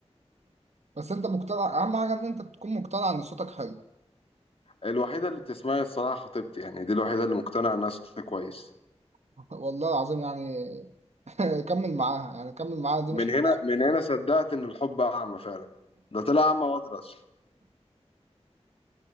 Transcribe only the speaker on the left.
الوحيدة اللي بتسمعني الصراحة خطيبتي يعني دي الوحيدة اللي مقتنعة إنها صوتي كويس
من
هنا
من هنا صدقت إن الحب أعمى فعلا ده طلع أعمى وأطرش